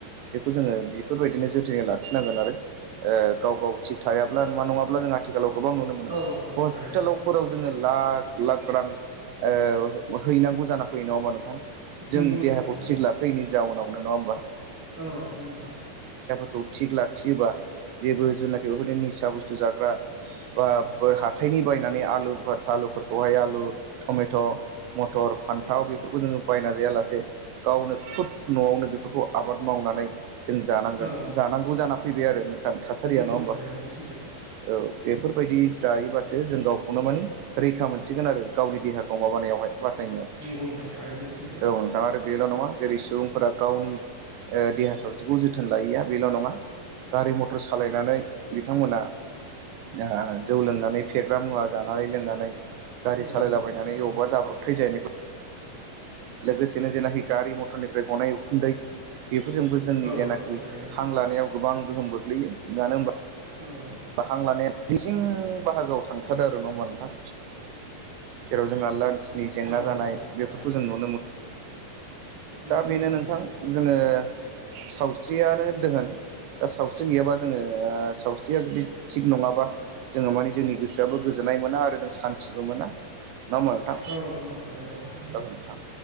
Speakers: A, on the right; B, on the right.
A: बेखौ जोङो बिफोरबायदिनो जोथोनै लाखिनांगोन आरो ओ गाव गाव थिग थायाब्ला नङा नङाब्ला जों आथि खालाव गोबां नुनो मोनो
B: औ नंगौ नोंथां
A: हस्पिटालाव
B: थारैनो
A: फोराव जोङो ला ख लाख रां ओ हैनांगौ जाना फैयो। नङा होमबा नोंथां? जों
B: नंगौ नोंथां
A: देहाखौ
B: थारैनो
A: थिग लाखैयैनि जाउनावनो। नङा होमबा?
B: औ नंगौ नोंथां।
A: खौ थिग लाखियोबा जेबो जुनाखि बेफोरनि निसा बुस्थु जाग्रा बो हा थायनि बायनानै आलु फोर सालुफोरखौहाय आलु टमेट' मथर फान्थाव बेफोरखौ जोङो बायना जायालासे गावनो खुद न'वावनो बेफोरखौ आबाद मावनानै जों जानांगोन।
B: औ
A: जानांगौ जाना फैबाय आरो नोंथां थासारिया
B: नंगौ नोंथां
A: नङा होमबा
B: थारैनो बे सैथो बाथ्रा
A: औ बेफोरबायदि जायोबासो जों गावखौनो माने रैखा मोनसिगोन आरो गावनि देहाखौ माबानायावहाय। बासायनायाव
B: नंगौ नोंथां थारैनो बे सैथो
A: औ नोंथां आरो बेल' नङा जेरै सुबुं फोरा गावनि ओ देहा सावस्रिखौ जोथोन लायैया बेल' नङा गारि मथर सालायनानै बिथांमोना ओ जौ लोंनानै फेग्रा मुवा जानानै लोंनानै गारि
B: औ
A: सालायलाबायनानै
B: नंगौ नोंथां थारैनो
A: अबावबा जाब्रबथाय जाहैनायखौ लोगोसेनो जेनाखि गारि मथरनिफ्राय गनाय उखुन्दै बेफोरजोंबो जोंनि
B: औ
A: जेनाखि
B: नोंथां थारैनो
A: हां लानायाव गोबां गोहोम गोग्लैयो मानो होनबा
B: औ नोंथां
A: बा हां लानाया उदै सिं बाहागोआव थांथारो आरो। नङा होमबा नोंथां? जेराव जोंहा लान्सनि जेंना
B: औ
A: जानाय
B: नंगौ नोंथां
A: बेफोरखौ
B: थारैनो
A: जों नु
B: नंगौ
A: दा बेनो
B: थारैनो
A: नोंथां जोङो साव स्रियानो दोहोन। दा सावस्रि गैयाबा जोङो ओ सावस्रिया जुदि थिग नङाबा जोङो माने जोंनि गोसोआबो गोजोननाय नाय मोना आरो जों सानथिबो मोना। नङा होमबा नोंथां?
B: औ नंगौ नोंथां थारैनो
A: औ नोंथां।